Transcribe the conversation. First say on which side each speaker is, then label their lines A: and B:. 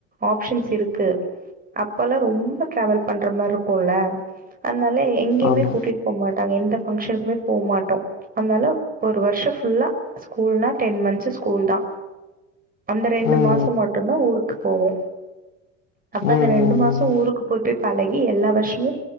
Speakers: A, on the right; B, on the left.
A: ஆப்ஷன்ஸ் இருக்கு. அப்ப எல்லா ரொம்ப டிரவல் பண்ற மாரி இருக்குல்ல அ னால எங்கேயமே
B: ஆமா
A: கூட்டிட்டு போக மாட் டாங் எந்த பங்கனுக்குமே போ மாட்டோ அதனால ஒரு வருஷம் ஃபுல்லா ஸ்கூல்னா டென் மந்த்ஸ் ஸ்கூல் தா. அந்த ரெண்டு
B: ம்
A: மாசம் மட்டும்தா ஊரு க்கு போவோ. அந்த
B: ம் ம்
A: ரெண்டு மாசோ ஊருக்கு போய் போய் பழகி எல்லா வருஷமு